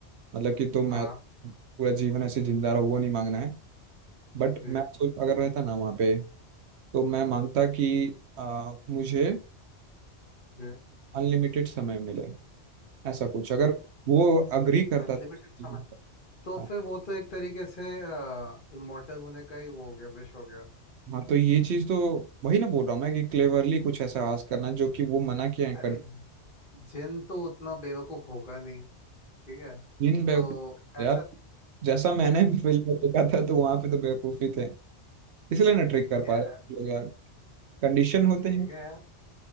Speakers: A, on the right; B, on the left.
A: मतलब कि तुम
B: हाँ
A: ऐ- पूरा जीवन ऐसे जिंदा रहो वो नहीं मांगना है बट
B: जी
A: मैं सोच अगर रहता ना वहाँ पे तो मैं मांगता कि आ, मुझे
B: जी
A: अनलिमिटेड समय मिले ऐसा कुछ अगर वो अग्री करता
B: अनलिमिटेड
A: तो
B: समय तो
A: हाँ
B: फिर वो तो एक तरीके से इमोर्टल होने का ही वो हो गया विश हो गया
A: हाँ, तो ये चीज तो वही ना बोल रहा हूँ मैं कि क्लेवरली कुछ ऐसा आवाज करना जो कि वो मना किया है
B: अरे
A: कर
B: जिन तो उतना बेवकूफ होगा नहीं ठीक है
A: इन बेवकूफ
B: तो ऐसा
A: यार जैसा मैंने <laughs> फिल्म में देखा था तो वहां पे तो बेवकूफी थे इसलिए ना ट्रिक कर
B: यार
A: पा रहे लोग यार कंडीशन होते
B: ठीक
A: हैं
B: है यार